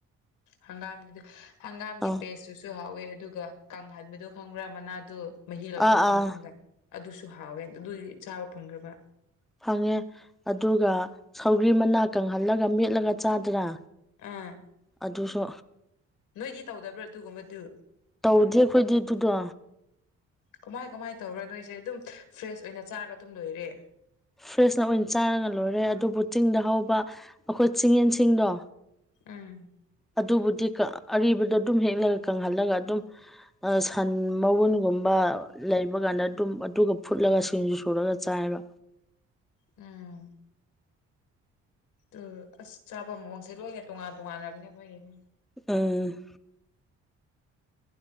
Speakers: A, on the left; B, in the centre.
A: ꯍꯪꯒꯥꯝꯒꯤ ꯍꯪꯒꯥꯝꯒꯤ
B: ꯑꯥ
A: ꯄꯦꯁꯇꯨꯁꯨ ꯍꯥꯎꯋꯦ ꯑꯗꯨꯒ ꯀꯥꯡꯍꯥꯏꯕꯗꯨ ꯈꯪꯕ꯭ꯔꯥ ꯃꯅꯥꯗꯨ ꯃꯍꯤ ꯂꯧꯊꯣꯛꯄ
B: ꯑꯥ ꯑꯥ
A: ꯃꯇꯨꯡꯗ ꯑꯗꯨꯁꯨ ꯍꯥꯎꯋꯦ ꯑꯗꯨꯗꯤ ꯆꯥꯕ ꯐꯪꯈ꯭ꯔꯕ
B: ꯐꯪꯉꯦ ꯑꯗꯨꯒ ꯁꯧꯔꯤ ꯃꯅꯥ ꯀꯪꯍꯜꯂꯒ ꯃꯦꯠꯂꯒ ꯆꯥꯗꯔꯥ
A: ꯑꯥ
B: ꯑꯗꯨꯁꯨ
A: ꯅꯣꯏꯗꯤ ꯇꯧꯗꯕ꯭ꯔꯥ ꯑꯗꯨꯒꯨꯝꯕꯗꯨ
B: ꯇꯧꯗꯦ ꯑꯩꯈꯣꯏꯗꯤ ꯑꯗꯨꯗꯣ
A: ꯀꯃꯥꯏ ꯀꯃꯥꯏ ꯇꯧꯕ ꯅꯣꯏꯁꯦ ꯑꯗꯨꯝ ꯐ꯭ꯔꯦꯁ ꯑꯣꯏꯅ ꯆꯥꯔꯒ ꯑꯗꯨꯝ ꯂꯣꯏꯔꯦ
B: ꯐ꯭ꯔꯦꯁꯅ ꯑꯣꯏꯅ ꯆꯥꯔꯒ ꯂꯣꯏꯔꯦ ꯑꯗꯨꯕꯨ ꯆꯤꯡꯗ ꯍꯧꯕ ꯑꯩꯈꯣꯏ ꯆꯤꯡꯌꯦꯟꯁꯤꯡꯗꯣ
A: ꯎꯝ
B: ꯑꯗꯨꯕꯨꯗꯤ ꯑꯔꯤꯕꯗꯣ ꯑꯗꯨꯝ ꯍꯦꯛꯂꯒ ꯀꯪꯍꯜꯂꯒ ꯑꯗꯨꯝ ꯁꯟ ꯃꯒꯨꯟꯒꯨꯝꯕ ꯂꯩꯕ ꯀꯥꯟꯗ ꯑꯗꯨꯝ ꯑꯗꯨꯒ ꯐꯨꯠꯂꯒ ꯁꯤꯡꯖꯨ ꯁꯨꯔꯒ ꯆꯥꯏꯕ
A: ꯎꯝ ꯑ ꯑꯁ ꯆꯥꯕ ꯃꯑꯣꯡꯁꯦ ꯂꯣꯏꯅ ꯇꯣꯉꯥꯟ ꯇꯣꯉꯥꯟꯅꯦ ꯑꯩꯈꯣꯏꯒꯤ
B: ꯎꯝ